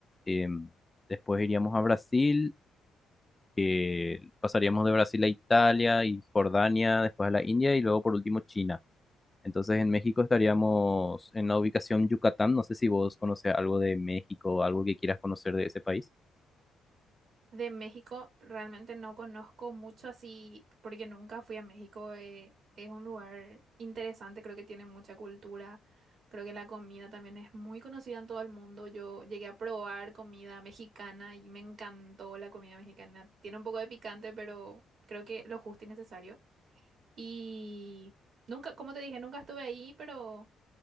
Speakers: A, on the left; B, on the right.
A: em, después iríamos a Brasil, que pasaríamos de Brasil a Italia y Jordania, después a la India y luego por último China. Entonces en México estaríamos en la ubicación Yucatán. No sé si vos conoces algo de México o algo que quieras conocer de ese país.
B: De México realmente no conozco mucho así porque nunca fui a México. eh, es un lugar interesante, creo que tiene mucha cultura. Creo que la comida también es muy conocida en todo el mundo. Yo llegué a probar comida mexicana y me encantó la comida mexicana. Tiene un poco de picante, pero creo que lo justo y necesario. Y nunca, como te dije, nunca estuve ahí, pero